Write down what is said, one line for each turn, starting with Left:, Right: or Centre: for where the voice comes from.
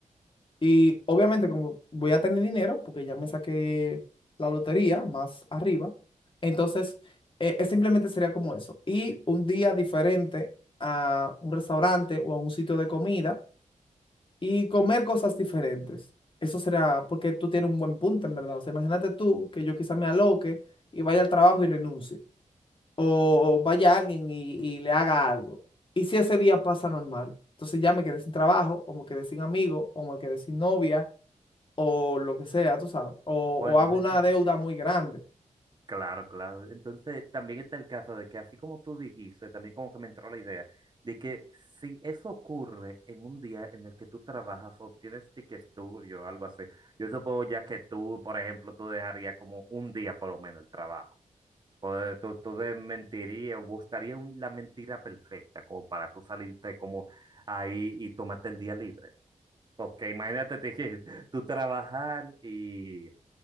Left: Y obviamente, como voy a tener dinero, porque ya me saqué la lotería más arriba, entonces eh, eh, simplemente sería como eso. Y un día diferente a un restaurante o a un sitio de comida y comer cosas diferentes. Eso será porque tú tienes un buen punto, en verdad. O sea, imagínate tú que yo quizá me aloque y vaya al trabajo y renuncie. o vaya alguien y, y le haga algo. Y si ese día pasa normal, entonces ya me quedé sin trabajo, o me quedé sin amigo, o me quedé sin novia, o lo que sea, tú sabes, o,
Right: Bueno,
Left: o hago una deuda
Right: <laughs>
Left: muy grande.
Right: Claro, claro. Entonces, también está el caso de que, así como tú dijiste, también como que me entró la idea de que si eso ocurre en un día en el que tú trabajas o tienes que que estudio o algo así, yo supongo ya que tú, por ejemplo, tú dejarías como un día por lo menos el trabajo. O eh, tú, tú de- mentirías o buscarías un- la mentira perfecta como para tú salirte como ahí y tomarte el día libre. Porque imagínate, <laughs> te dije, tú trabajar y